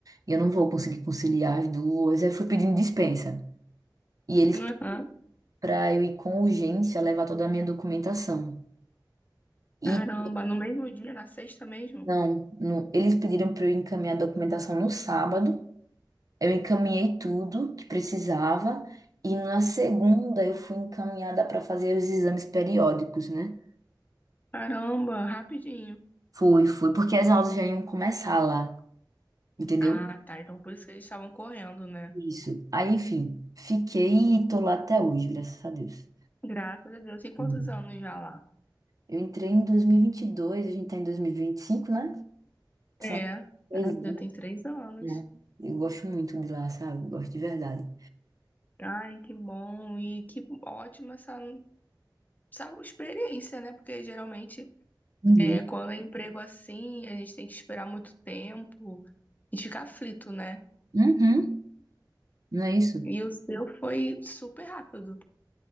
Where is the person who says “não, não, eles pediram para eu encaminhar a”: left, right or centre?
Right